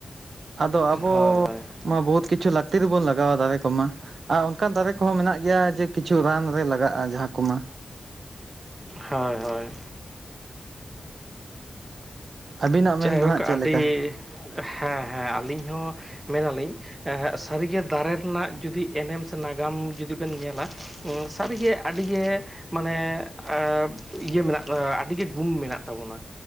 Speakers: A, on the right; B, on the right.
A: ᱟᱫᱚ ᱟᱵᱚ
B: ᱦᱳᱭ ᱦᱳᱭ ᱦᱳᱭ
A: ᱢᱟ ᱵᱚᱦᱩᱛ ᱠᱤᱪᱷᱩ ᱞᱟᱹᱠᱛᱤ ᱨᱮᱵᱚ ᱞᱟᱜᱟᱣᱟ ᱫᱟᱨᱮ ᱠᱚᱢᱟ᱾ ᱟᱨ ᱚᱱᱠᱟᱱ ᱫᱟᱨᱮ ᱠᱚᱦᱚᱸ ᱢᱮᱱᱟᱜ ᱜᱮᱭᱟ ᱡᱮ ᱠᱤᱪᱷᱩ ᱨᱟᱱ ᱨᱮ ᱞᱟᱜᱟᱜᱼᱟ ᱡᱟᱦᱟᱸ ᱠᱚᱢᱟ᱾
B: ᱹᱹᱹᱦᱳᱭ ᱦᱳᱭ
A: ᱟᱹᱵᱤᱱᱟᱜ ᱢᱮᱱ
B: ᱡᱟᱭᱦᱳᱠ
A: ᱫᱚ ᱦᱟᱸᱜ
B: ᱟᱹᱰᱤ
A: ᱪᱮᱫ ᱞᱮᱠᱟ
B: ᱦᱮᱸ ᱦᱮᱸ ᱟᱹᱞᱤᱧ ᱦᱚᱸ ᱢᱮᱱᱟᱞᱤᱧ᱾ ᱮ ᱦᱟᱸᱜ ᱥᱟᱹᱨᱤᱜᱮ ᱫᱟᱨᱮ ᱨᱮᱱᱟᱜ ᱡᱩᱫᱤ ᱮᱱᱮᱢ ᱥᱮ ᱱᱟᱜᱟᱢ ᱡᱩᱫᱤ ᱵᱮᱱ ᱧᱮᱞᱟᱼᱼ ᱚᱸ ᱥᱟᱹᱨᱤᱜᱮ ᱟᱹᱰᱤᱜᱮ ᱢᱟᱱᱮ ᱟᱸ ᱤᱭᱟᱹ ᱢᱮᱱᱟᱜ ᱟᱹᱰᱤᱜᱮ ᱜᱩᱱ ᱢᱮᱱᱟᱜ ᱛᱟᱵᱚᱱᱟ᱾